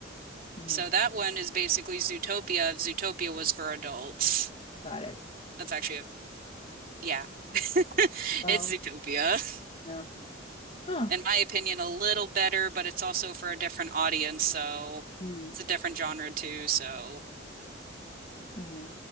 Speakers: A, on the left (about 30°); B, on the right (about 45°).
A: hmm
B: So that one is basically Zootopia if Zootopia was for adults.
A: Got it.
B: That's actually a, yeah, <laughs> it's
A: Well,
B: Zootopia.
A: yeah. Huh.
B: in my opinion, a little better, but it's also for a different audience, so
A: Hmm.
B: it's a different genre too, so
A: hmm